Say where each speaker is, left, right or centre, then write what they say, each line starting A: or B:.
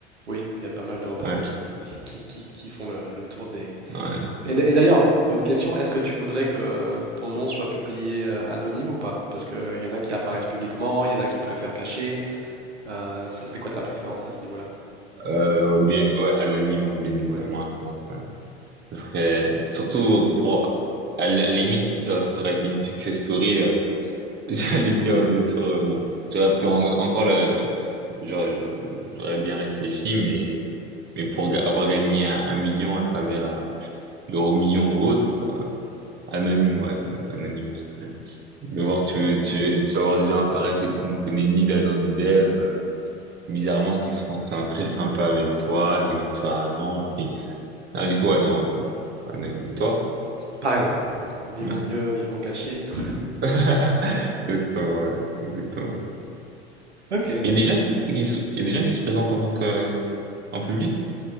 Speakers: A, on the right; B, on the right.
A: oui, il y a pas mal de reportages
B: ouais.
A: qui, <laughs> qui, qui, qui font le, le tour des...
B: ouais.
A: Et, d- et d'ailleurs, bonne question, est-ce que tu voudrais que ton nom soit publié euh, anonyme ou pas? Parce qu'il y en a qui apparaissent publiquement, il y en a qui préfèrent cacher. Euh, ça serait quoi ta préférence à ce niveau-là?
B: Euh, ouais, bien, ouais, anonyme, hein, bien évidemment,
A: Ouais.
B: je pense. ouais. Ce serait, surtout pour, à la à la limite, si ça, ça aurait été une success story, euh, <laughs> J'allais dire, bien sûr, euh, bon, j'aurais pu en- encore le, le- j'aurais j'aurais bien réfléchi, mais, mais pour ga- avoir gagné un, un million à travers euh, l'euro million ou autre, euh, anonyme, ouais, euh, anonyme, parce que, de voir, tu, tu, vas- tu vas avoir des gens apparaître que tu ne connais ni d'Adam ni d'Ève, euh, bizarrement, qui seront sy- très sympas avec toi, qui vont te faire un manche, qui, ah, du coup, ouais, non, euh, anonyme, toi?
A: Pareil, vivons
B: Ouais.
A: mieux, vivons cachés. <laughs>
B: <laughs> Exactement, ouais. Exactement.
A: Ok.
B: Il y a des gens qui, qui se- il y a des gens qui se présentent en tant que En public?